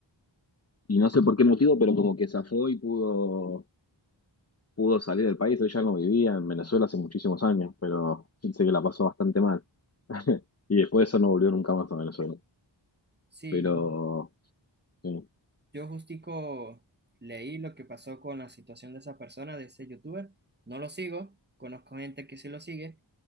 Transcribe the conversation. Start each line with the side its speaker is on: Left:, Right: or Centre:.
Left: y no sé por qué motivo, pero como que zafó y pudo pudo salir del país, ella no vivía en Venezuela hace muchísimos años, pero sé que la pasó bastante mal. <laughs> Y después de eso no volvió nunca más a Venezuela.
Right: Sí,
Left: Pero,
Right: yo,
Left: sí.
Right: yo justico leí lo que pasó con la situación de esa persona, de ese youtuber. No lo sigo, conozco gente que sí lo sigue,